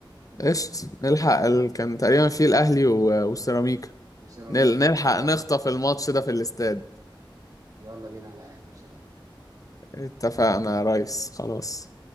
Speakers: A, on the left (about 40°); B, on the right (about 45°).
A: قشط نلحق ال... كان تقريبا فيه الاهلي و... والسيراميكا
B: وسيراميك
A: نل... نلحق
B: خلاص
A: نخطف الماتش ده في الاستاد
B: يلا بينا على أهلي وسلام
A: اتفقنا يا ريس خلاص